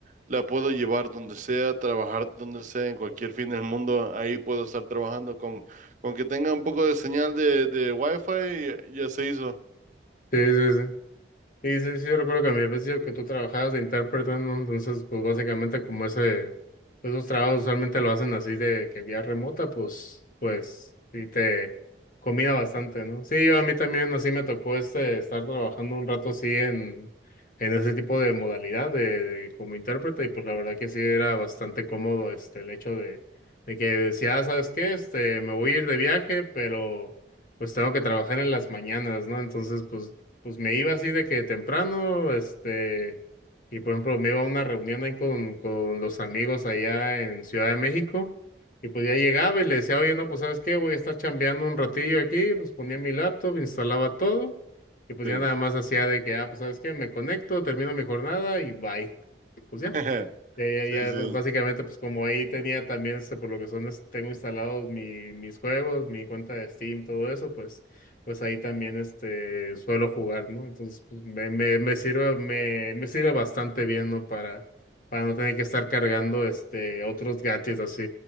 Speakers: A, on the right (about 45°); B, on the left (about 50°).
A: la puedo llevar donde sea, trabajar donde sea, en cualquier fin del mundo. Ahí puedo estar trabajando con, con que tenga un poco de señal de, de Wi-Fi, ya, ya se hizo.
B: sí, sí. Sí, sí, sí, yo recuerdo que me habías dicho que tú trabajabas de intérprete, ¿no? Entonces, pues básicamente como ese, pues, esos trabajos usualmente lo hacen así de que vía remota, pues, pues, sí te combina bastante, ¿no? Sí, yo a mí también así me tocó este, estar trabajando un rato así en, en ese tipo de modalidad de, de como intérprete, y pues la verdad que sí era bastante cómodo este, el hecho de, de que decía, "Ah, ¿sabes qué? Este, me voy a ir de viaje, pero pues tengo que trabajar en las mañanas, ¿no? Entonces, pues pues me iba así de que temprano, este, y por ejemplo me iba a una reunión ahí con, con los amigos allá en Ciudad de México, y pues ya llegaba y le decía, oye, no, pues ¿sabes qué? Voy a estar chambeando un ratillo aquí, pues ponía mi laptop, instalaba todo, y pues
A: Sí.
B: ya nada más hacía de que, ah, pues ¿sabes qué? Me conecto, termino mi jornada y bye. Pues
A: <laughs>
B: ya. Ya, ya,
A: Sí, sí.
B: ya, pues, básicamente, pues como ahí tenía también, este, por lo que son, es- tengo instalados mi- mis juegos, mi cuenta de Steam, todo eso, pues, pues ahí también, este, suelo jugar, ¿no? Entonces, pues, me, me, me sirve, me, me sirve bastante bien, ¿no? Para, para no tener que estar cargando, este, otros gadgets así,